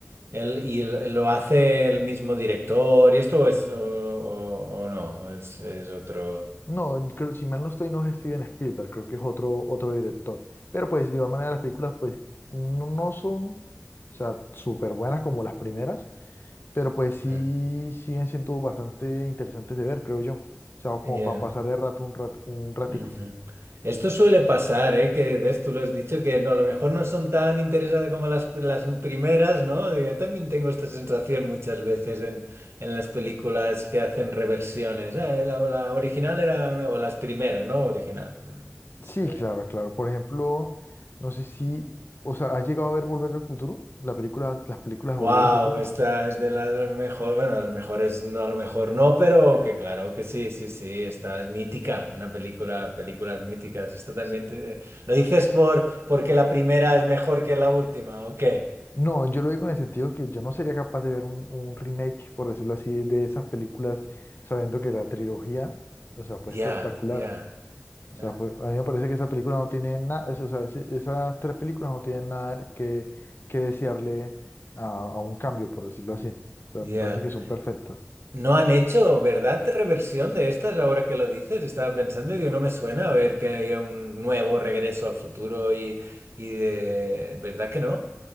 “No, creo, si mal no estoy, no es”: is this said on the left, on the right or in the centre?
Left